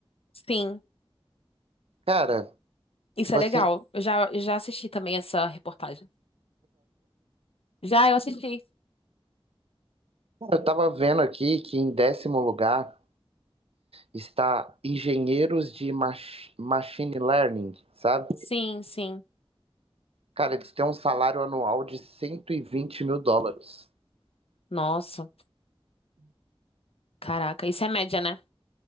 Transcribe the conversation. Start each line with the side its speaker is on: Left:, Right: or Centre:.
Left: sim.
Right: Cara,
Left: Isso
Right: tipo
Left: é legal.
Right: assim,
Left: Eu já, eu já assisti também essa reportagem. Já eu assisti.
Right: eu tava vendo aqui que em décimo lugar está engenheiros de mach... machine learning, sabe?
Left: Sim, sim.
Right: Cara, eles têm um salário anual de 120 mil dólares.
Left: Nossa, caraca. Isso é média, né?